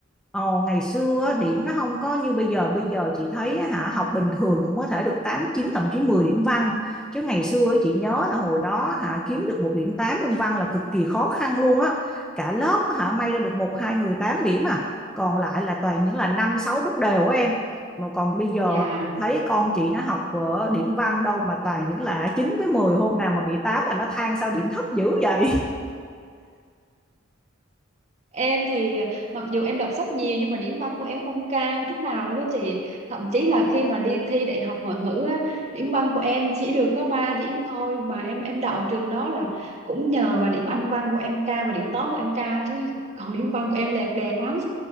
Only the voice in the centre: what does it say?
Ồ, ngày xưa điểm nó không có như bây giờ bây giờ chị thấy á, hả học bình thường cũng có thể được tám chín thậm chí mười điểm văn chứ ngày xưa chị nhớ là hồi đó hả kiếm được một điểm 8 môn văn là cực kỳ khó khăn luôn á cả lớp hả may ra được một hai người 8 điểm à còn lại là toàn những là năm sáu bước đều á em mà còn bây giờ
chị thấy con chị nó học ở điểm văn đâu mà toàn những là chín với mười hôm nào mà bị 8 là nó than sao điểm thấp dữ vậy